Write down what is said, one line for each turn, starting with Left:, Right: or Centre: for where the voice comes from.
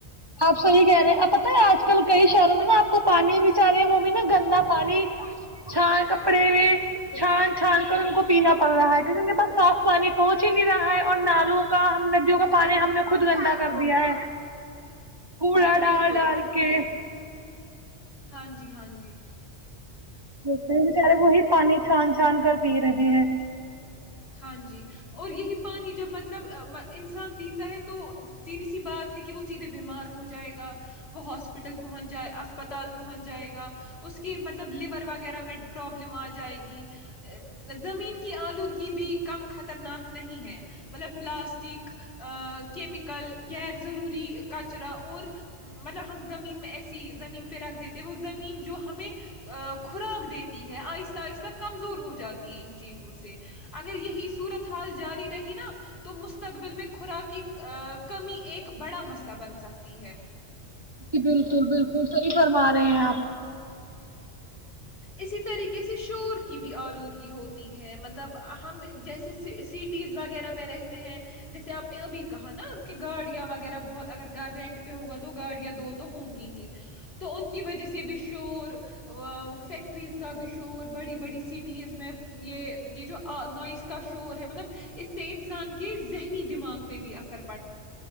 Right: آپ سحی کہہ رہے ہیں آپ پتتا ہے آج آج کل کئی شہروں میں نا آپ کو پانی بچار رہے وہ بھی نا گندا پانی چھان کپڑے میں چھان چھان کر ان کو پینا پڑ رہا ہے کیونکہ ان کے پاس صاف پانی پچ ہی نہیں رہا ہے اور نالوں کا ہم ندیوں کا پانی ہم نے خود گندا کر دیا ہے کوڑا
Left: جی
Right: ڈال
Left: بالکل
Right: ڈال کے
Left: ہاں جی ہاں جی
Right: تے بچارے وہی پانی چھان چھان کر پی رہے ہیں
Left: ہاں جی اور یہی پانی جب مطلب انسان پیتا ہے تو سیدھی سی بات ہے کہ وہ سیدھے بیمار ہو جائے گا وہ ہاسپٹل پہنچ جائے اسپتال پہنچ جائے گا اس کے مطلب لیور وغیرہ میں پرابلم آ جائے گی زمین کی آلودگی بھی کم خطرناک نہیں ہے مطلب پلاسٹک کیمک کل غیر ضروری کچرا اور مطلب ہم زمین میں ایسی زمین پہ رکھ دیتے وہ زمین جو ہمیں خوراک دیتی ہے آہستہ آہستہ کمزور ہو جاتی ہے ان چیزوں سے اگر یہی صورتحال جاری رہی نا تو مستقبل میں خوراک کی کمی ایک بڑا مسئلہ بن سکتی ہے
Right: جی بالکل بالکل صحیح فرما رہے ہیں آپ
Left: اسی طریقے سے شور کی بھی آلودگی ہوتی ہے مطلب ہم جیسے سٹیز وغیرہ میں رہتے ہیں جیسے آپ نے ابھی کہا نا کہ گاڑیاں وغیرہ بہت اگر گھر رینٹ پہ ہوگا تو تو گاڑیاں دو تو ہوں گی ہی تو ان کی وجہ سے بھی شور وہ سیکٹریز کا بھی شور بڑی بڑی سیٹیز میں یہ یہ جو نائس کا شور ہے مطلب اس سے انسان کے ذہنی دماغ میں بھی اثر